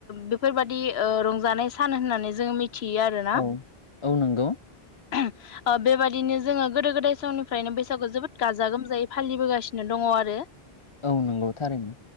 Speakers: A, on the left; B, on the left.
A: बेफोरबायदि रंजानाय सान होननानै जोङो मि थियो आरो ना।
B: औ औ नंगौ
A: ओ बेबायाददिनो जोङो गोदो गोदाय समनिफ्रायनो बैसागु जोबोद गाजा गोमजायै फालिबोगासिनो दंङ आरो
B: औ नंगौ थारैनो